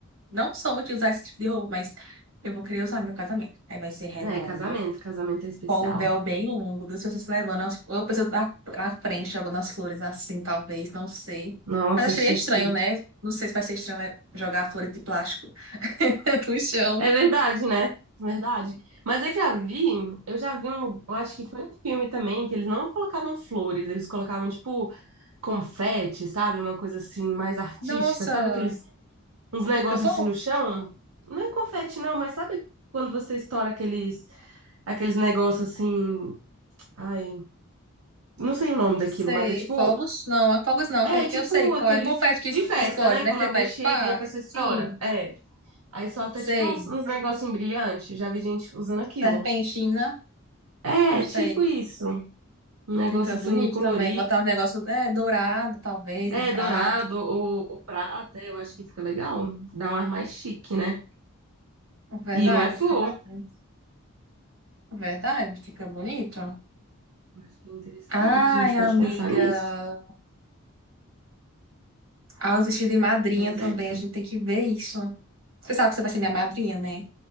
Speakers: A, on the right; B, on the right.
A: não sou muito de usar esse tipo de roupa, mas eu vou querer usar no meu casamento. Aí vai ser redondo,
B: É, casamento. Casamento é especial.
A: com o véu bem longo, duas pessoas se levando, as- ou pessoas na, na frente, jogando as flores assim, talvez, não sei.
B: Nossa,
A: Mas acharia
B: chique.
A: estranho, né? Não sei se vai ser estranho né, jogar flores de plástico <laughs> no chão.
B: É verdade, né? Verdade. Mas eu já vi, eu já vi um, eu acho que foi um filme também, que eles não colocavam flores, eles colocavam, tipo, confete, sabe? Uma coisa assim, mais artística,
A: Nossa!
B: sabe? Aquele uns negócios
A: Fica bom?
B: assim no chão. Não é confete, não, mas sabe quando você estoura aqueles, aqueles negócios assim. Ai, não sei o nome daquilo,
A: Sei.
B: mas é tipo.
A: Fogos? Não, é fogos não. Aquele
B: É
A: que
B: tipo
A: eu sei qual
B: aqueles.
A: é. Confete que es-
B: De festa,
A: explode,
B: né?
A: né?
B: Quando
A: Você
B: alguém
A: vai
B: chega
A: pá.
B: e a pessoa
A: Sim,
B: estoura. É. Aí solta
A: sei.
B: tipo uns, uns negócios brilhantes. Já vi gente usando aquilo.
A: Serpentina?
B: É,
A: Não sei.
B: tipo isso. Um negócio
A: Fica bonito
B: assim colorido.
A: também. Botar um negócio é, dourado, talvez,
B: É,
A: num prato.
B: dourado ou, ou prata. Eu acho que fica legal. Dá um ar mais chique, né?
A: Verdade,
B: E não é flor.
A: fica mais bonito. Verdade, fica bonito.
B: Eu Acho que é interessante.
A: Ai,
B: A gente pode
A: amiga.
B: pensar nisso.
A: Ah, os vestidos de madrinha
B: Mas
A: também.
B: é.
A: A gente tem que ver isso. Você sabe que você vai ser minha madrinha, né?